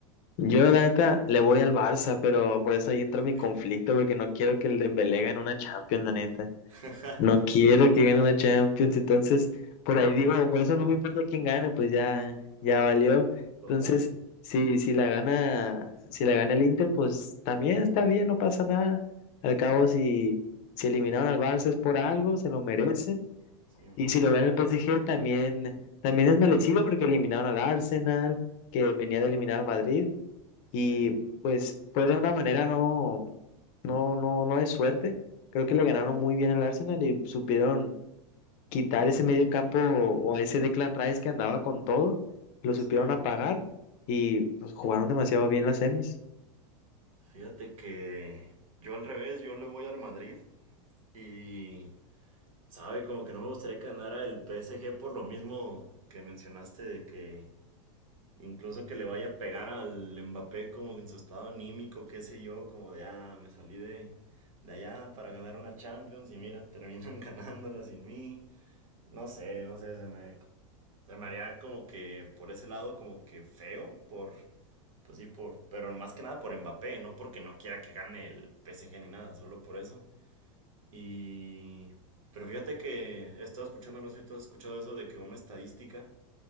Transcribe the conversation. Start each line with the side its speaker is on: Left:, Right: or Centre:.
Left: Yo, la neta, le voy al Barça, pero por eso ahí entra
Right: Ok.
Left: mi conflicto, porque no quiero que el Dembélé gane una Champions, la neta.
Right: <laughs>
Left: No
Right: Ok,
Left: quiero que gane una Champions, entonces, por ahí digo, por eso no me importa quién gane, pues ya, ya valió. Entonces,
Right: total.
Left: si, si la gana, si la gana el Inter, pues también está bien, no pasa nada. Al cabo, si, si eliminaron al Barça es por algo, se lo merecen.
Right: Simón.
Left: Y si lo gana el PSG, también, también es merecido porque eliminaron al Arsenal, que venía de eliminar al Madrid. Y
Right: Sí.
Left: pues fue de una manera no, no, no, no de suerte. Creo que le ganaron muy bien al Arsenal y supieron quitar ese medio campo o, o ese Declan Rice que andaba con todo. Lo
Right: Sí.
Left: supieron apagar y pues jugaron demasiado bien las semis.
Right: Fíjate que yo al revés, yo le voy al Madrid y, sabe, como que no me gustaría que ganara el PSG por lo mismo que mencionaste de que incluso que le vaya a pegar al Mbappé como en su estado anímico, qué sé yo, como de, ah, me salí de, de allá para ganar una Champions y mira, terminan <laughs> ganándola sin mí. No sé, no sé, se me, se me haría como que por ese lado como que feo por Pues sí, por, pero más que nada por Mbappé, no porque no quiera que gane el PSG ni nada, solo por eso. Y... Pero fíjate que he estado escuchando, no sé si tú has escuchado eso, de que una estadística,